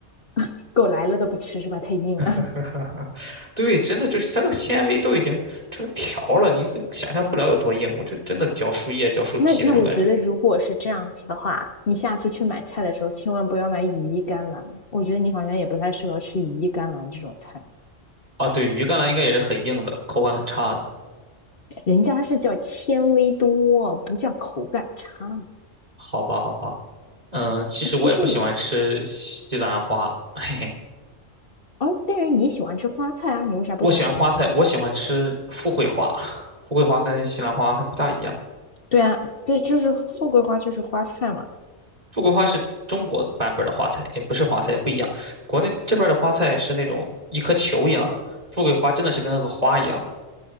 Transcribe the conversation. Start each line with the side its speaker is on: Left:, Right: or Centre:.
Left: <laughs> 狗来了都不吃是吧？太硬了。
Right: <laughs> 对，真的就是它这个纤维都已经成条了，你都想象不了有多硬。我这真的嚼树叶、
Left: <laughs>
Right: 嚼树皮那种感觉
Left: 那那我觉得，如果是这样子的话，你下次去买菜的时候，千万不要买羽衣甘蓝。我觉得你好像也不太适合吃羽衣甘蓝这种菜，
Right: 啊。对，鱼干呢应该也是很硬的，口感很差的。
Left: 人家是叫纤维多，不叫口感差。
Right: 好吧，好吧，嗯，其实我也不喜欢吃西兰花，
Left: 哎，其实你们
Right: 嘿，
Left: 哦，但是你喜欢吃花菜啊，你为啥不喜欢西兰花？
Right: 我喜欢花菜，我喜欢吃富贵花，富贵花跟西兰花还不大一样。
Left: 对啊，这就是富贵花，就是花菜嘛，
Right: 富贵花是中国版本的花菜，也不是花菜，也不一样。国内这边的花菜是那种一颗球一样的，富贵花真的是跟那个花一样的。